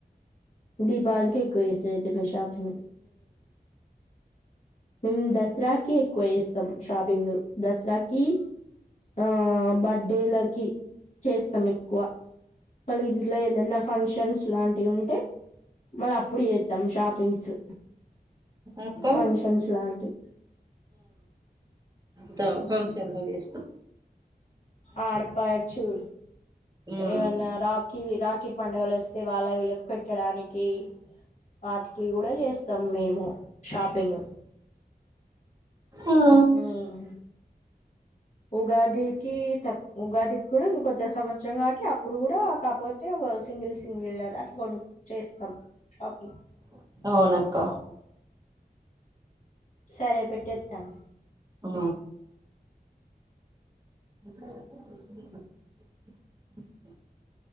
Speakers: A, on the left (about 45°); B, on the right (about 25°).
A: దీపావళికి ఎక్కువ ఇస్తరేతే మషపు ఉమ్ దసరా. ఎక్కువ చేస్తాం షాపింగ్ దసరాకి ఆహ్ బర్డేల. చేస్తాం ఎక్కువ మళ్లీ ఉమ్. ఇట్లా ఏదన్నా ఫంక్షన్స్ లాంటివి ఉంటే. మళ్ళా అప్పుడు చేస్తాం షాపింగ్స్.
B: అక్క
A: ఫంక్షన్స్ లాంటివి.
B: ఫ ఫంక్షన్లకి చేస్తా.
A: ఆడపాడుచూ
B: మ్మ్
A: ఏవన్న రాఖీ రాఖీ. పండుగలు వస్తే వాళ్ళకి వీళ్ళకి పెట్టడానికి వాటికి కూడా చేస్తాం మేము. షాపింగ్.
B: ఉమ్.
A: ఉమ్. ఉగాదికి తక్ ఉగాదికి కూడా కొత్త సంవత్సరం కాబట్టి అప్పుడు కూడా కాపోతే. ఒక సింగిల్ సింగిల్ అ అట్ల కొ చేస్తం షాపింగ్
B: అవునక్క
A: సరే పెట్టేత్తాన్
B: ఓ అ